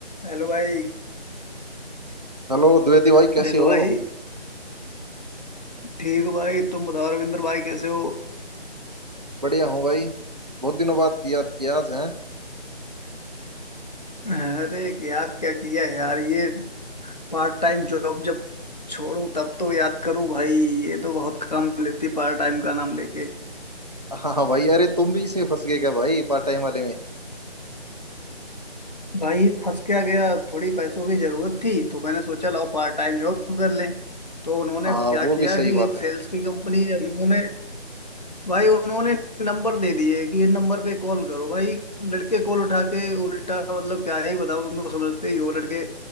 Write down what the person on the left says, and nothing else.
Hello भाई
Hello
भाई ठीक हो भाई तुम बताओ रविंद्र भाई कैसे हो
अरे याद क्या किया यार ये पार्ट टाइम जॉब जब छोड़ूं तब तो याद करूं भाई ये तो बहुत काम लेती पार्ट टाइम का नाम लेके
भाई फंस क्या गया थोड़ी पैसों की जरूरत थी तो मैंने सोचा लाओ पार्ट टाइम जॉब कर लें तो उन्होंने
क्या
किया
कि
एक सेल्स
की कंपनी है उन्होंने भाई उन्होंने नंबर दे दिए कि ये नंबर पे कॉल करो भाई लड़के कॉल उठा के उल्टा मतलब क्या ही बताओ तुम तो समझते ही हो लड़के